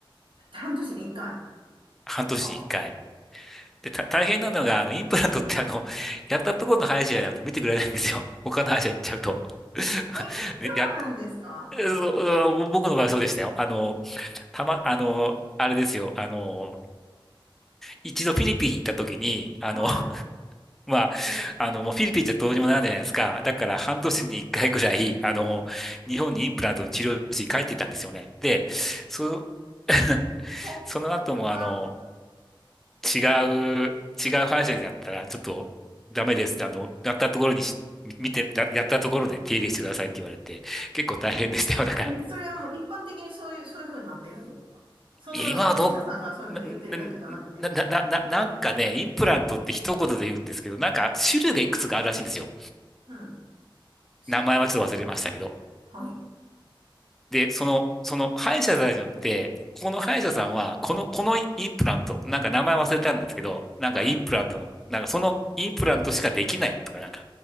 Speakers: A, on the right (about 70°); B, in the centre.
A: 半年に一回。あ
B: 半年に一回。
A: あ。
B: で、た、大変なのが、あの、インプラントってあの、やったところの歯医者じゃなくて見てくれないんですよ。他の歯医者行っちゃうと。
A: え、そ
B: <laughs> でや、
A: うなんですか
B: そう僕の場合そうでしたよ。あの、たま、あの、あれですよ。あの、一度フィリピンに行った時に、あの、
A: はい。
B: まあ、あの、もうフィリピンじゃどうにもならないじゃないですか。だから半年に一回ぐらい、あの、日本にインプラントの治療室に帰っていたんですよね。で、そ、<laughs>
A: そっ
B: その後もあの、
A: か。
B: 違う、違う歯医者だったら、ちょっとダメですって、あの、やったところにし、見て、ややったところで手入れしてくださいって言われて、結構大変でしたよ。だから、
A: え、それはもう一般的にそういう、そういうふうになってるんですかその歯医者さんがそういうふうに言ってるだけじゃなくて。
B: いや、今はどう、な、な、な、な、ななんかね、インプラントって一言で言うんですけど、なんか種類がいくつかあるらしいんですよ。
A: うん。し、
B: 名前はちょっと忘れましたけど。
A: はい。
B: で、その、その歯医者さんによって、ここの歯医者さんは、この、このインプラント、なんか名前忘れたんですけど、なんかインプラントの、
A: はい。
B: なんかそのインプラントしかできないとか、なんか、